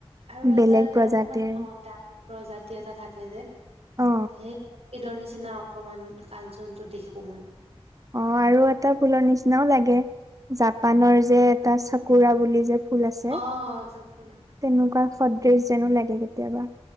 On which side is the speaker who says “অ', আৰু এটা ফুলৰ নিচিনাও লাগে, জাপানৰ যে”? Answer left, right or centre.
Right